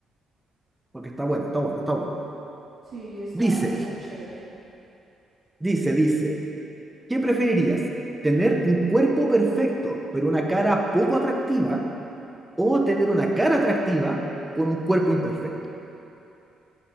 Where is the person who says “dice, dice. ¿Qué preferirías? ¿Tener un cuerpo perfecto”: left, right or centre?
Centre